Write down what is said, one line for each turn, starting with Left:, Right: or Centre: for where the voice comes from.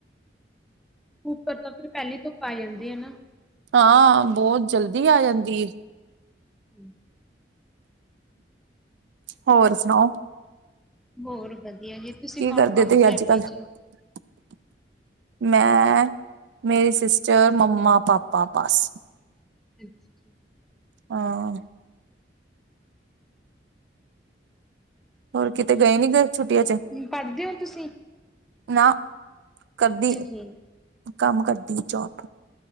Centre: ਉਪਰ ਤਾਂ ਫਿਰ, ਪਹਿਲੀ ਧੁੱਪ ਆ ਜਾਂਦੀ ਆ ਨਾ।
Right: ਹਾਂ, ਬਹੁਤ ਜਲਦੀ ਆ ਜਾਂਦੀ ਹੈ।
Centre: ਹਮ।
Right: ਹੋਰ ਸੁਣਾਓ?
Centre: ਹੋਰ ਵਧੀਆ ਜੀ, ਤੁਸੀਂ
Right: ਕੀ
Centre: ਕੌਣ-ਕੌਣ
Right: ਕਰਦੇ ਤੁਸੀਂ
Centre: ਹੋ ਫੈਮਿਲੀ
Right: ਅੱਜ ਕੱਲ
Centre: 'ਚ?
Right: <unintelligible> ਮੈਂ, ਮੇਰੀ ਸਿਸਟਰ, ਮੰਮਾ-ਪਾਪਾ, ਬਸ।
Centre: ਅੱਛਾ।
Right: ਹਾਂ। ਹੋਰ ਕਿਤੇ ਗਏ ਨੀ, ਛੁੱਟੀਆਂ 'ਚ?
Centre: ਪੜ੍ਹਦੇ ਹੋ ਤੁਸੀਂ?
Right: ਨਾ, ਕਰਦੀ,
Centre: ਅੱਛਾ ਠੀਕ,
Right: ਕੰਮ ਕਰਦੀ ਜੋਬ।